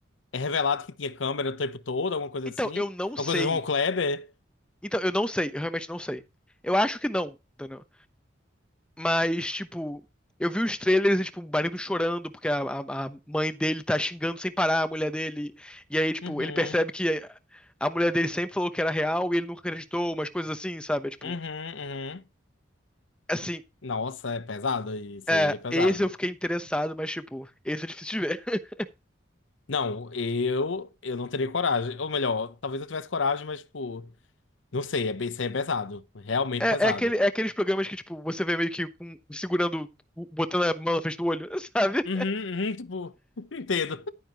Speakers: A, on the left (about 75°); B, in the centre.
A: é revelado que tinha câmera o tempo todo, alguma coisa
B: Então,
A: assim.
B: eu não
A: Alguma
B: sei.
A: coisa do Von Kleber.
B: Então, eu não sei. Eu realmente não sei. Eu acho que não, entendeu? Mas, tipo, eu vi os trailers e, tipo, o marido chorando porque a, a, a mãe dele tá xingando sem parar a mulher dele. E aí, tipo,
A: Uhum,
B: ele percebe que a mulher dele sempre falou que era real e ele nunca acreditou, umas coisas assim, sabe? É, Tipo,
A: uhum, uhum.
B: assim,
A: Nossa, é pesado, isso
B: é,
A: aí é pesado.
B: esse eu fiquei interessado, mas, tipo, esse é difícil de ver. <laughs>
A: Não, eu eu não teria coragem. Ou melhor, talvez eu tivesse coragem, mas, tipo, não sei, é, bem- isso aí é pesado. Realmente
B: É,
A: pesado.
B: é, aquele, é aqueles programas que, tipo, você vê meio que com- segurando, o- botando a mão na frente do olho, <laughs> sabe?
A: Uhum, uhum, tipo, <laughs> entendo.